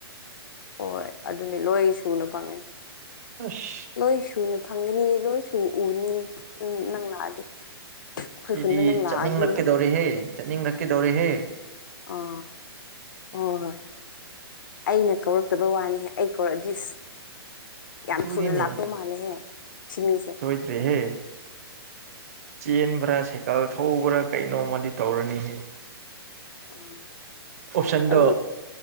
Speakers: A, on the left; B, on the right.
A: ꯍꯣꯏ ꯑꯗꯨꯅꯦ ꯂꯣꯏ ꯁꯨꯅ ꯐꯪꯉꯦ
B: ꯑꯁ
A: ꯂꯣꯏ ꯁꯨꯅ ꯐꯪꯒꯅꯤ ꯂꯣꯏ ꯇꯨ ꯎꯅꯤ ꯎꯝ ꯅꯪ ꯂꯥꯛꯑꯗꯤ ꯑꯩꯈꯣꯏ
B: ꯁꯤꯗꯤ
A: ꯈꯨꯟꯗ ꯅꯪ ꯂꯥꯛꯑꯗꯤ
B: ꯆꯠꯅꯤꯡꯂꯛꯀꯦꯗꯧꯔꯦꯍꯦ ꯆꯠꯅꯤꯡꯂꯛꯀꯦꯗꯧꯔꯦꯍꯦ
A: ꯑꯥ ꯍꯣꯏ ꯍꯣꯏ ꯑꯩꯅ <unintelligible> ꯐꯠꯇꯕ ꯋꯥꯅꯤꯍꯦ ꯑꯩ ꯀꯧꯔꯛꯑꯗꯏꯁ ꯌꯥꯝ
B: ꯑꯗꯨꯅꯤꯅꯦ
A: ꯊꯨꯅ ꯂꯥꯛꯄꯧ ꯃꯥꯜꯂꯦꯍꯦ ꯁꯤꯃꯤꯁꯦ
B: <unintelligible> ꯆꯦꯟꯕ꯭ꯔꯥ ꯁꯥꯏꯀꯜ ꯊꯧꯕ꯭ꯔꯥ ꯀꯩꯅꯣꯃꯗꯤ ꯇꯧꯔꯅꯤꯍꯦ
A: <inaudible>
B: ꯑꯣꯞꯁꯟꯗꯣ
A: ꯑꯗꯨ